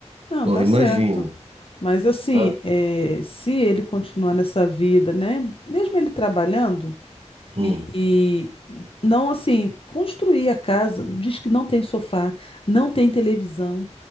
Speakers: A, on the left; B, on the right.
A: Não,
B: Porra,
A: tá
B: imagina.
A: certo. Mas assim,
B: Cara,
A: é, se ele continuar nessa vida, né? Mesmo ele trabalhando
B: hum.
A: e, e não assim, construir a casa, diz que não tem sofá, não tem televisão,